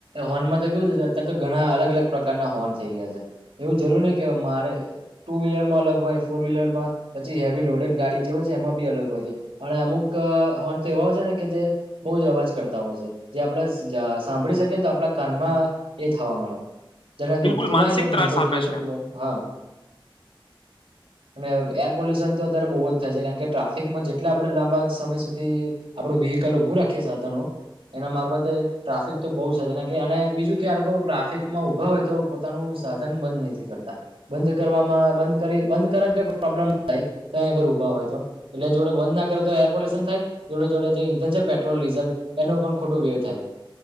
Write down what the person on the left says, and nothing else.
બિલકુલ માનસિક
ત્રાસ
આપે
છે